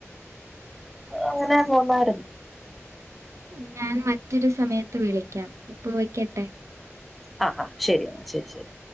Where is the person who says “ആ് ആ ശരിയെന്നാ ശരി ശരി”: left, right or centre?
Centre